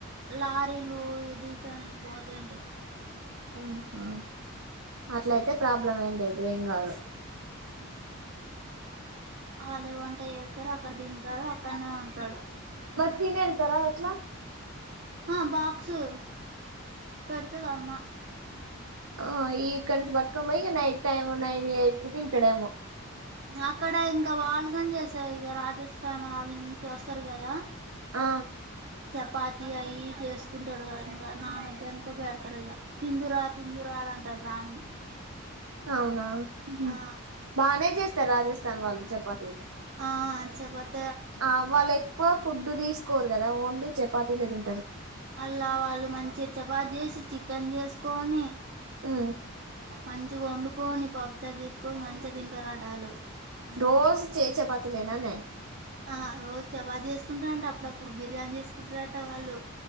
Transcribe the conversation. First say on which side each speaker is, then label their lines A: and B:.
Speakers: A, on the right; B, on the right.
A: లారీలు డీజల్ పో కొంటే
B: ఆహా అట్ల అయితే ప్రాబ్లం ఏం లేదు ఏం కాదు
A: ఉ అదే వళ్ళే వంటా చెసు సరే అక్కడ తింటాడ అక్కన్నే ఉంటాడు
B: తని వెళ్తారా ఎట్లా
A: ఆ బాక్స్ ఉ పెడుతాది అన్నాం
B: ఓహొ ఇక్కడినించి బట్కొని బొయి night time nine eight tiffin కుడయమ
A: అక్కడ ఇంకా వాళ్ళుగాని చేసారు ఇక రాజస్థాన్ వాళ్ళ నుంచి వస్తారు కదా
B: ఆ
A: పాతి అయి ఇయి చేసుకుంటారు ఇంకా నాన్నగ కనుక పెడతారు ఇక తిందురా తిందురాడ అంటారు దాన్ని
B: అవునా ఉహు
A: ఆ
B: బానే చేస్త రాజస్థాన్ వాళ్ళు చెపాతీలు
A: ఆ చెపాత్
B: ఆ వాళ్ళు ఎక్కువ ఫుడ్ తీసుకోరు కదా ఓన్లీ చపాతీలే తిం
A: మళ్ళా వాళ్ళు మంచి చపా చేసి చిక్ క్కన్ చేసుకొని
B: హ్మ్.
A: మంచిగా వండుకోని పప్పుచార్ క్కువ మంచిగా తింటారడాలు
B: రోజు చే చపాతి నేనానే
A: ఆ రోజు చపాతి చేసుకుంటారంట అప్పుడప్పుడు బిర్ ర్యాన్ చేసుకుంటారట వాళ్ళు